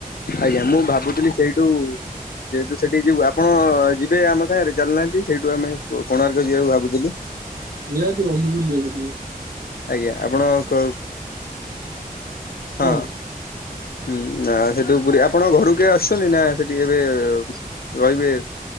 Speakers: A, on the left; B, on the right.
A: ଆଜ୍ଞା ମୁ ଭାବୁଥିଲି ସେଇଠୁ ଯେହେତୁ ସେଠିକି ଯିବୁ ଆପଣ ଯିବେ ଆମ ସାଙ୍ଗରେ ଚାଲୁନାହାନ୍ତି ସେଇଠୁ ଆମେ କୋଣାର୍କ ଯିବାକୁ ଭାବୁଥିଲୁ।
B: ନିହାତି ବନ୍ଧୁ ବୁଲି ବାକୁ ଯିବି।
A: ଆଜ୍ଞା ଆପଣ କ
B: କୁହନ୍ତୁ
A: ହଁ। ହୁଁ ନା ସେଠୁ ପୁରୀ ଆପଣଙ୍କ ଘର କେ ଆସୁଛନ୍ତି ନା ସେଠି ଏବେ ରହିବେ।